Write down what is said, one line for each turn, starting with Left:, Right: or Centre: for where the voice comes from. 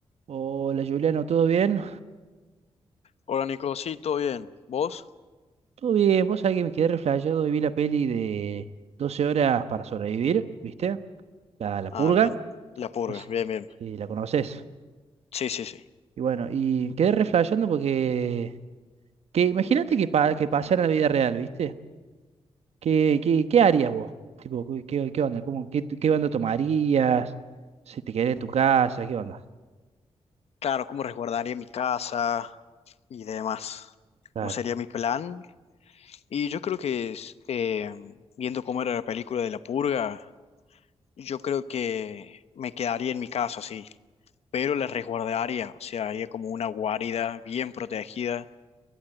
Right: Hola Juliano, ¿todo bien?
Left: Hola Nico, sí, todo bien. ¿Vos?
Right: Todo bien, vos sabés que me quedé reflejado y vi la peli de Doce horas para sobrevivir, ¿viste? La, la
Left: Ah,
Right: purga,
Left: bien. La purga,
Right: no sé
Left: bien, bien.
Right: si la conoces.
Left: Sí, sí, sí.
Right: Y bueno, y quedé reflejando porque, que imagínate que, pa- que pasara en la vida real, ¿viste? ¿Qué, qué, qué harías vos? Tipo, ¿qué, qué- qué onda? ¿Cómo, qué, qué onda tomarías? Si te quedarías en tu casa, ¿qué onda?
Left: Claro, cómo resguardaría mi casa y demás.
Right: Claro.
Left: ¿Cómo sería mi plan? Y yo creo que es, eh, viendo cómo era la película de la purga, yo creo que me quedaría en mi casa, sí. Pero la resguardaría, o sea, haría como una guarida bien protegida